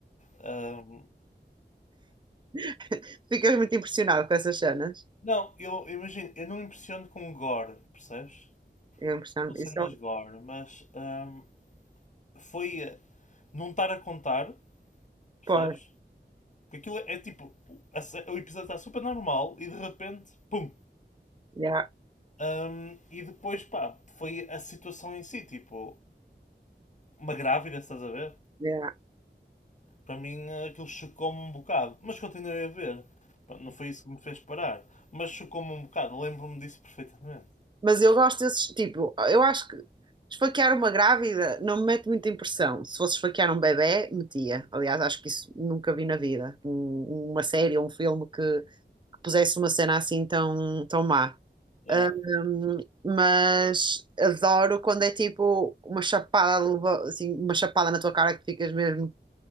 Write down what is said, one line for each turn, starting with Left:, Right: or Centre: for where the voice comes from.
Left: Ahm,
Right: <laughs> Ficas muito impressionado com essas cenas.
Left: não, eu eu imagino, eu não me impressiono com gore, percebes?
Right: Eu impressiono.
Left: não sendo
Right: Isso,
Left: as Gore, mas ahm, foi eh, não estar a contar, percebes?
Right: pô,
Left: Porque aquilo é é tipo, a ce- o episódio está super normal e de repente, pum!
Right: yeah,
Left: Ahm, e depois, pá, foi a situação em si, tipo, uma grávida, estás a ver?
Right: yeah.
Left: Para mim eh, aquilo chocou-me um bocado, mas continuei a ver. Pá, Não foi isso que me fez parar, mas chocou-me um bocado, lembro-me disso perfeitamente.
Right: Mas eu gosto desses, tipo, eu acho que esfaquear uma grávida não me mete muita impressão. Se fosse esfaquear um bebé, metia. Aliás, acho que isso nunca vi na vida. Um- uma série ou um filme que, que pusesse uma cena assim tão, tão má.
Left: Yeah,
Right: Ahm, mas adoro quando é tipo uma chapada, de leva- assim, uma chapada na tua cara que tu ficas mesmo.